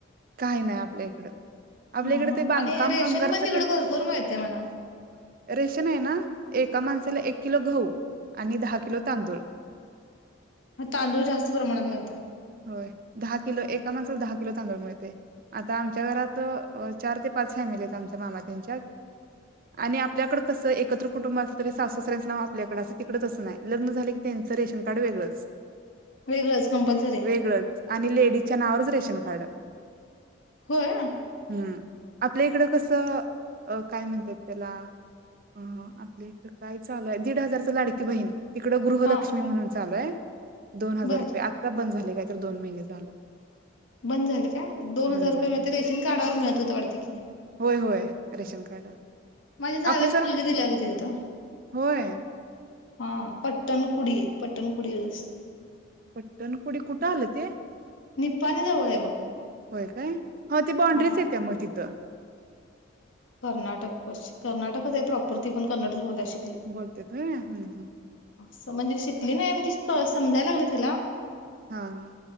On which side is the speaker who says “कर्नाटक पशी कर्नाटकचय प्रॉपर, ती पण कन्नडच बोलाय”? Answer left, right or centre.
Left